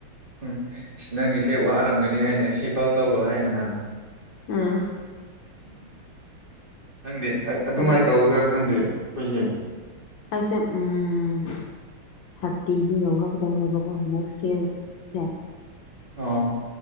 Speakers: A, on the right; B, on the left.
A: ꯎꯝ ꯑꯁ ꯅꯪꯒꯤꯁꯦ ꯋꯥꯔꯝꯒꯅꯤ ꯍꯥꯏꯅ ꯁꯤꯐꯥꯎ ꯂꯧꯔꯣ ꯍꯥꯏꯅ ꯍꯥ꯫
B: ꯎꯝ
A: ꯈꯪꯗꯦ꯫ ꯑꯗꯨꯃꯥꯏꯅ
B: ꯍꯧꯖꯤꯛ
A: ꯇꯧꯒꯗ꯭ꯔꯥ ꯈꯪꯗꯦ ꯑꯈꯣꯏꯁꯦ꯫
B: ꯇꯦ ꯎꯝꯝ ꯊꯥꯔꯇꯤꯗꯤ ꯌꯧꯔꯛꯀꯗꯧꯔꯦꯕꯀꯣ ꯅꯦꯛꯁ ꯏꯌꯥꯔꯁꯦ꯫
A: ꯑꯣ